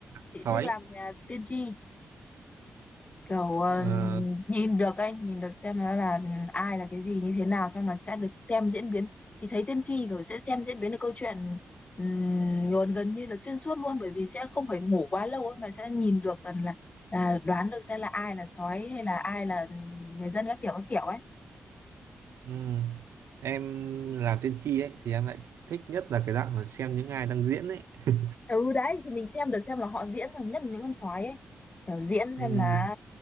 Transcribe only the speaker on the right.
sói.
Ờ,
ừ. Em làm tiên tri ấy thì em lại thích nhất là cái đoạn mà xem những ai đang diễn ấy. <laughs>
Ừ.